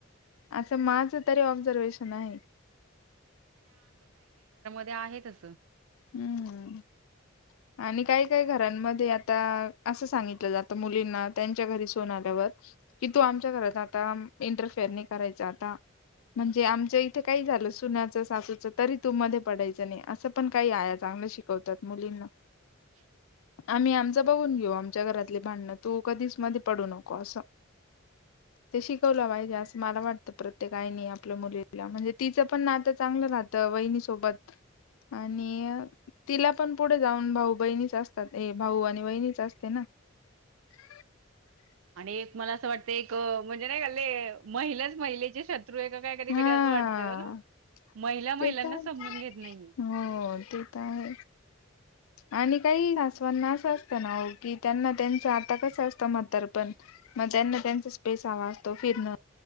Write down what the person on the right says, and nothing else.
ते आहे तसं.
<inaudible>
आणि एक मला असं वाटत एक म्हणजे नाही मल्ले महिलाच महिलेची श त्रु ए काय कधी
कधी असं वाटत ना महिला महिलांना
समजून घेत नाहीये.